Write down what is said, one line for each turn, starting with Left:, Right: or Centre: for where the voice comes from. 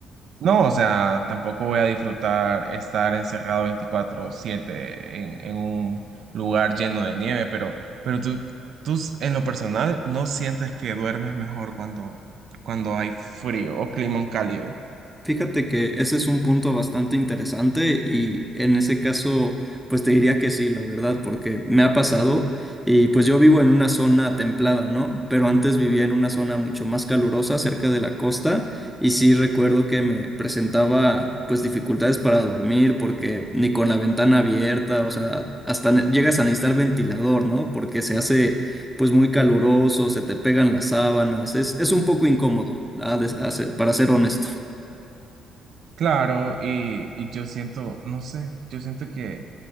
Right: No, o sea, tampoco voy a disfrutar estar encerrado veinticuatro siete en, en un lugar lleno de nieve, pero, pero tú, tú s- en lo personal no sientes que duermes mejor cuando, cuando hay frío o clima cálido.
Centre: Fíjate que ese es un punto bastante interesante y en ese caso, pues te diría que sí, la verdad, porque me ha pasado y pues yo vivo en una zona templada, ¿no? Pero antes vivía en una zona mucho más calurosa cerca de la costa y sí recuerdo que me presentaba pues dificultades para dormir porque ni con la ventana abierta, o sea, hasta ne- llegas a necesitar ventilador, ¿no? Porque se hace pues muy caluroso, se te pegan las sábanas, es, es un poco incómodo, la de- a ser- para ser honesto.
Right: Claro, y, y yo siento, no sé, yo siento que